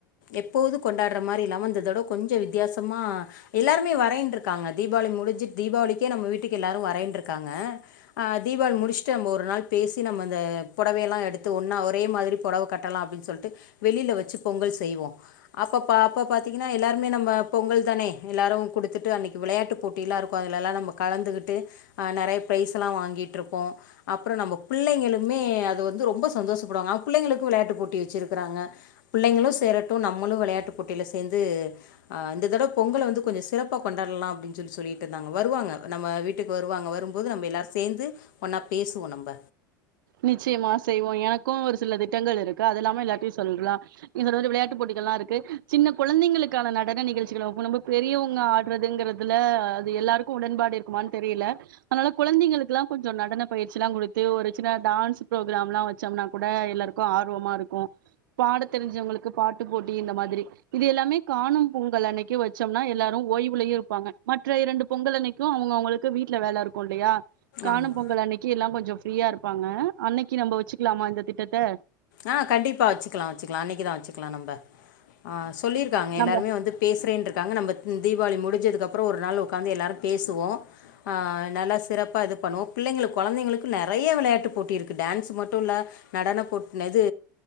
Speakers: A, on the left; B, on the right.
A: எப்போது கொண்டாட்ற மாரி இல்லாம இந்ததடவ கொஞ்ச வித்தியாசமா எல்லாருமே வரேண்ட்ருக்காங்க தீபாவளி முடிஞ்சுட்டு தீபாவளிக்கே நம்ம வீட்டுக்கு எல்லாரு வரேன்ருக்காங்க ஆ தீபாவளி முடிச்சுட்டு நம்ம ஒரு நாள் பேசி நம்ம அந்த பொடவையெல்லா எடுத்து ஒன்னா ஒரே மாதிரி பொடவ கட் கட்டலாம் அப்டின் சொல்ட்டு வெளில வச்சு பொங்கல் செய்வோ அப்ப அப்ப பாத்தீங்கன்னா எல்லாருமே நம்ம பொங்கல் தானே எல்லாரும் குடுத்துட்டு அன்னைக்கு விளையாட்டு போட் டிலா இருக்கும் அதுலெல்லா நாம கலந்துகிட்டு நறையா ஃப்ரெஸ் எல்லா வாங்கிட்டு இருப்போ அப்பற நம்ம புள்ளைங்களுமே அது வந்து ரொம்ப சந்தோஷப்படுவாங்க பிள்ளைங்களுக்கும் வெளையாட்டு போட்டி வச்சிரு க்கிறாங்க பிள்ளைங்களும் சேரட்டும் நம்மளும் வெளையாட்டுப் போட்டியில சேர்ந்து ஆ இந்த தடவ பொங்கல வந்து கொஞ்ச சிறப்பா கொண்டாட்லா அப்டின்னு சொல்லி சொல்லிட்டு இருந்தாங்க வருவாங்க நம்ம வீட்டுக் வருவாங்க வரும்போது நம்ம எல்லாரும் சேர்ந்து ஒன்னா பேசுவோம் நம்ம
B: நிச்சயமா செய்வோ எனக்கும் ஒரு சில திட்டங்கள் இருக்கு அது இல்லாம எல்லாத்தையு சொல்லா இதுல வந்து வெளையாட்டு போட்டிகள்ல்லா இருக்கு சின்ன கொழந்தைங்களுக்கான நடன நிகழ்ச்சிகள் ரொம்ப பெரியவங்க ஆடுறதுங்கிறது அதுல அது எல்லாருக்கும் உடன்பாடு இருக்குமான் தெரியல அதனால குழந்தைங்களுக்குல்லா கொஞ்சோ நடன பயிற்சில்லா குடுத்து ஒரு சின்ன டான்ஸ் ப்ரோக்ராம்லா வச்சோம்னா கூட எல்லாருக்கும் ஆர்வமா இருக்கும் பாடத்தெரிஞ்சவங்களுக்கு பாட்டு போட்டி இந்த மாதிரி இது எல்லாமே காணும் பொங்கல் அன்னைக்கு வச்சோம்னா எல்லாரும் ஓய்வுலயு இருப்பாங்க மற்ற இரண்டு பொங்கல் அன்னைக் கும் அவங்க அவங்களுக்கு வீட்ல வேலை இருக்கும் இல்லையா காணும்
A: ஆமாம்
B: பொங்கல் அன்னைக்கு எல்லாம் கொஞ்ச ஃப்ரீயா இருப்பாங்க அன்னைக்கு நம்ம வச்சுக்கலாமா இந்த திட்டத்த
A: ஆ கண்டிப்பா வச்சுக்கலா வச்சுக்கலா அன்னைக்குதா வச்சுக்கலா நம்ம ஆ சொல்லிருக்காங்க
B: நம்ம
A: எல்லாருமே வந்து பேசுறேன்ருக்காங்க நம்ம தீபாவளி முடிஞ்சதுக்கு அப்புற ஒரு நாள் உக்காந்து எல்லாரும் பேசுவோ ஆ நல்லா சிறப் பா இது பண்ணுவோ பிள்ளைங்களுக்கு கொழந்தைங்களுக்கு நறையா வெளையாட்டு போட்டி இருக்குது டான்ஸ் மட்டும் இல்லை நடன போட்னது